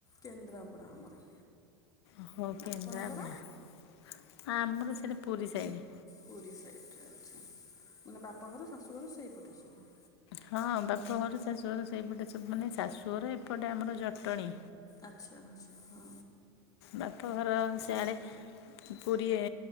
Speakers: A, on the left (about 25°); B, on the left (about 80°).
A: କେନ୍ଦ୍ରାପଡ଼ା ଆମର।
B: ଓହ କେନ୍ଦ୍ରାପଡା
A: ଆପଣଙ୍କର
B: ଆମର ସେଟା ପୁରୀ ସାଇଡ।
A: ପୁରୀ ସାଇଡ଼େରେ ଆଚ୍ଛା, ମାନେ ବାପା ଘର ଶାଶୁଘର ସେଇପଟରେ ସବୁ।
B: ହଁ ବାପଘର ଶାଶୁଘର ସେଇପଟେ ସବୁ, ମାନେ ଶାଶୁଘର ଏପଟେ ଆମର ଜଟଣୀ।
A: ଆଚ୍ଛା-ଆଚ୍ଛା ହଁ।
B: ବାପଘର ସିଆଡ଼େ ପୁରୀ ଏ